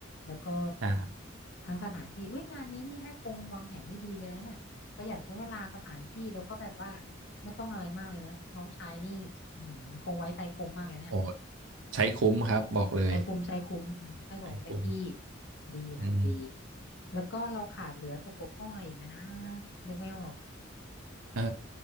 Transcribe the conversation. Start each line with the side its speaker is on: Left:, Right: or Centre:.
Left: แล้วก็
Right: ใช่
Left: ทั้งสถานที่อุ้ยงานนี้นี่ให้ปงวางแผนนี่ดีเลยนะเนี่ยประหยัดทั้งเวลาสถานที่แล้วก็แบบว่าไม่ต้องอะไรมากเลยนะน้องชายนี่อืมคงไว้ใจปงมากเลยเนี่ย
Right: โอ้ใช้คุ้มครับบอกเลย
Left: ใจคุ้มใจคุ้มอืมใจสมก็เป็นพี่
Right: ไอ้คุ้ม
Left: ดีค่ะดี
Right: อืม
Left: แล้วก็เราขาดเหลือตกบกพร่องอะไรอีกไหมนะนึกไม่ออก
Right: เออ